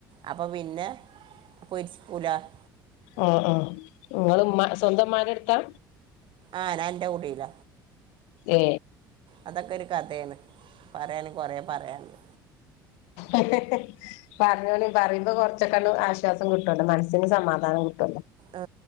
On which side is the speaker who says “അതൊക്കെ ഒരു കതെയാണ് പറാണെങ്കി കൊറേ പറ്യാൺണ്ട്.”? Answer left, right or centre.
Right